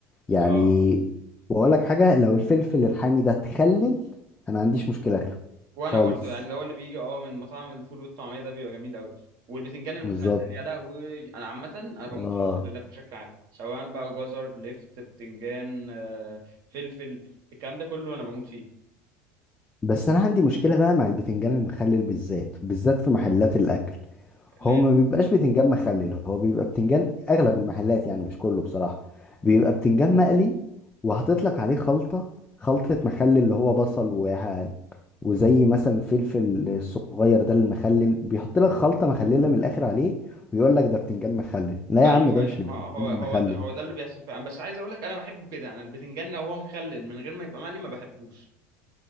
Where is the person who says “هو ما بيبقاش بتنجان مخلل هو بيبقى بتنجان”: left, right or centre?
Left